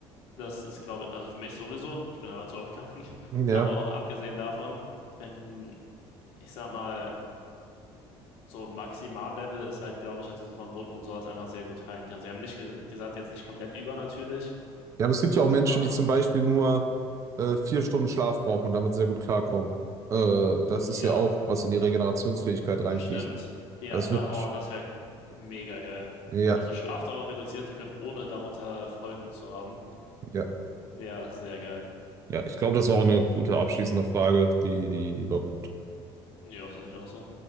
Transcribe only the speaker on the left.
Das ist, glaube ich, also für mich sowieso. Ich bin einfach zu oft <laughs> krank.
Aber
auch abgesehen davon, wenn, ich sag mal, So Maximallevel ist halt, glaube ich, dass du von Wunden und sowas einfach sehr gut heilen kannst. Sie haben nicht ge gesagt, jetzt nicht komplett über natürlich,
aber
ja,
stimmt. Ja,
da,
oh, das wäre mega geil.
Also Schlafdauer reduzieren zu können, ohne darunter Folgen zu haben,
wäre sehr geil.
Ja, sehe ich auch so.